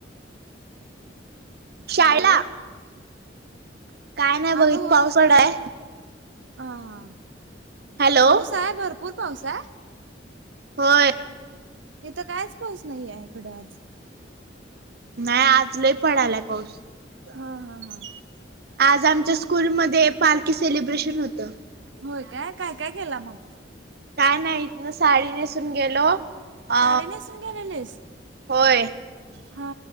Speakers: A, on the right; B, on the right.
A: शाळेला
B: हॅलो.
A: काय नाही बघ
B: आगं
A: इथ
B: होय
A: पाऊस पडाय
B: की. हां
A: हॅलो
B: पाऊस आय भरपूर पाऊस आय.
A: होय.
B: इथं कायच पाऊस नाहीयाय इकडं आज.
A: नाही आज लय पडयलाय पाऊस.
B: हा हा हा.
A: आज आमच्या स्कूलमध्ये पालखी सेलिब्रेशन होतं
B: होय काय काय काय केला मग?
A: काय नाही साडी नेसून गेलो अ
B: साडी नेसून गेलेलीस
A: होय
B: हा